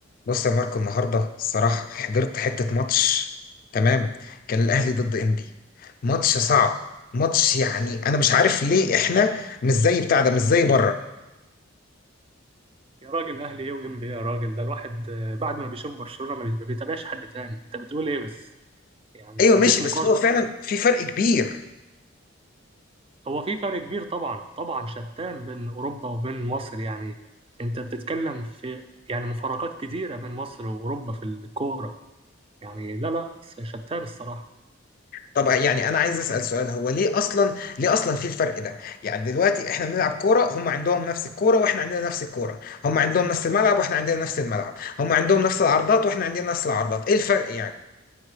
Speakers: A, on the left (about 45°); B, on the right (about 30°).
A: بص يا ماركو النهارده الصراحه حضرت حته ماتش تمام كان الاهلي ضد انبي ماتش صعب ماتش يعني انا مش عارف ليه احنا مش زي بتاع ده مش زي بره
B: يا راجل اهلي ايه وام بي إيه يا راجل ده الواحد آه، بعد ما بيشوف برشلونة ما بي- ما بيتابعش حد تاني انت بتقول ايه بس يعني
A: ايوه
B: مفيش
A: ماشي
B: مقارنة
A: بس هو فعلا في فرق كبير
B: هو في فرق كبير طبعا طبعا شتان بين اوروبا وبين مصر يعني انت بتتكلم في يعني مفارقات كتيرة بين مصر واوروبا في الكورة يعني لا لا شتان الصراحة
A: طب يعني انا عايز اسال سؤال هو ليه اصلا ليه اصلا في الفرق ده يعني دلوقتي احنا بنلعب كوره هم عندهم نفس الكوره واحنا عندنا نفس الكوره هم عندهم نفس الملعب واحنا عندنا نفس الملعب هم عندهم نفس العرضات واحنا عندنا نفس العرضات ايه الفرق يعني